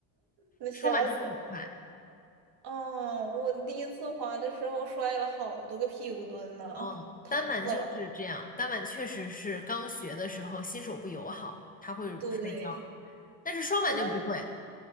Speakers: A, on the right; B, on the left.
A: 那吓死了。
B: 双板真的很快，
A: 哦，我第一次滑的时候摔了好多个屁股墩呢，
B: 嗯，
A: 疼死了。
B: 单板就是这样，单板确实是刚学的时候新手不友好，他会摔跤。
A: 对，
B: 但是双板就不会，
A: 啊，那是